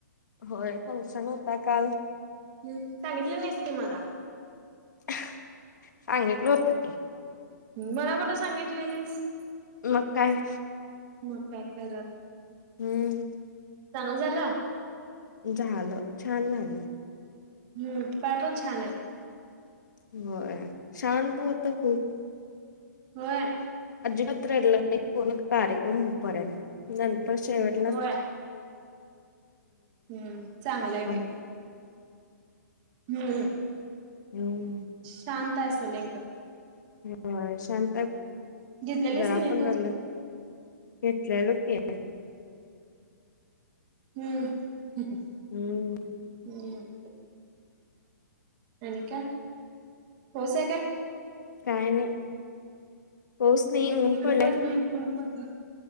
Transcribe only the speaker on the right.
हम्म. सांगितल नाहीस तू मला?
मला कुठं सांगितलेलीस?
मग कार्यक्रम
चांगल झालं?
हम्म. पाय पण छान आहेत.
<unintelligible>
होय. हम्म चांगलंय बाई
हम्म
शांत आसल एकदम.
घेतलेलीस
का तू?
हम्म
हम्म आणि काय पाऊस आहे काय?
इकडेपण
नाही. ऊन पडलय.